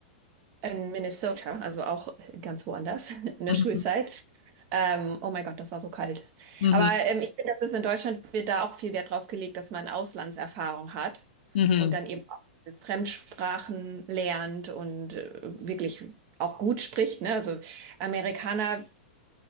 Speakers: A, on the right (about 40°); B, on the left (about 75°).
A: in Minnesota, also auch ganz woanders <laughs> in der
B: Mhm.
A: Schulzeit. Ähm, oh mein Gott, das war so kalt.
B: Mhm.
A: Aber ähm, ich finde, das ist in Deutschland, wird da auch viel Wert drauf gelegt, dass man Auslandserfahrung hat
B: Mhm.
A: und
B: Mhm.
A: dann eben auch diese Fremdsprachen lernt und äh, wirklich auch gut spricht, ne? Also Amerikaner,